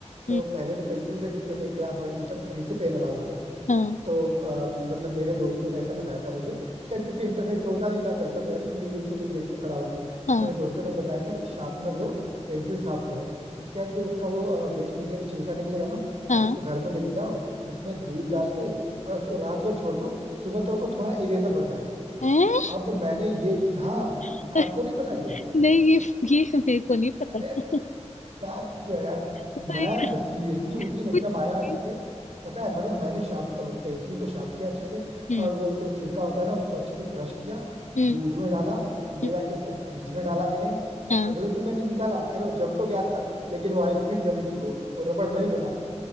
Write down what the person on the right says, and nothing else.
तो
पहले तो पेंसिल से लिखते थे क्लास वन टू तक थ्री से पेन अलाउड था
तो अ, मतलब मेरे दोस्तों ने ऐसा बताया था मुझे उस टाइम क्योंकि इंटरनेट तो होता नहीं था तो ऐसा तो है नहीं कि यूट्यूब से कुछ देख के पढ़ा हो
मेरे दोस्तों ने बताया था कि शार्पनर लो पेंसिल साफ करो उसके बाद जो उसका वो वेस्ट निकलेगा छिलका निकलेगा ना
उसको घर में लेके जाओ उसमें दूध डाल के और उसको रात भर छोड़ दो सुबह तक को तुम्हारा इरेजर बन जाएगा
अब मैंने ये चीज हाँ
आपको नहीं पता ये
अरे
क्या जो यार
मैं सीरियसली उस दिन एकदम
आया अच्छे
से पता है मतलब मैंने शार्प पेंसिल को शार्प किया अच्छे से
और वो जो छिलका होता है ना उसको अच्छे से क्रश किया
दूध में डाला ले
जाके उसको फ्रिज में डाला मैंने
अगले दिन मैंने निकाला खैर वो जम तो गया था लेकिन वो आइसक्रीम जमी थी वो वो रबड़ नहीं बना